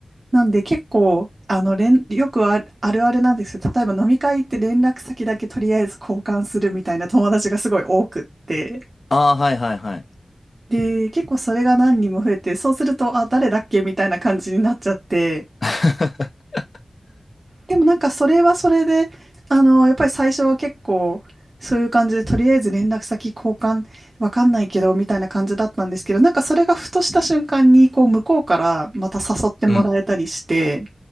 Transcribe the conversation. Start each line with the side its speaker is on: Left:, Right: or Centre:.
Right: なんで結構、あの、連、よくある、あるあるなんですけど、例えば飲み会って連絡先だけとりあえず交換するみたいな友達がすごい多くって、
Left: ああ、はいはいはい。
Right: で、結構それが何人も増えて、そうすると、あ、誰だっけみたいな感じになっちゃって、
Left: <laughs>
Right: でもなんかそれはそれで、あの、やっぱり最初は結構、そういう感じで、とりあえず連絡先交換、わかんないけど、みたいな感じだったんですけど、なんかそれがふとした瞬間に、こう、向こうからまた誘ってもらえたりして、
Left: うん。